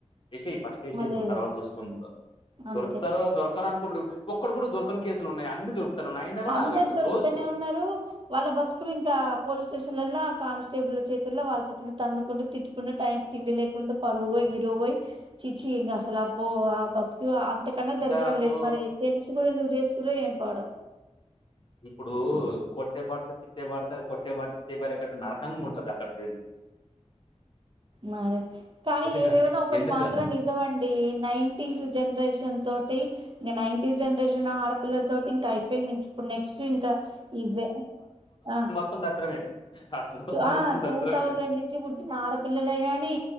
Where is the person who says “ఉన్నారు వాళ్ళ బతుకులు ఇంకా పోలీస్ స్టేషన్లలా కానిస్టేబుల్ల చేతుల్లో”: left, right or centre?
Right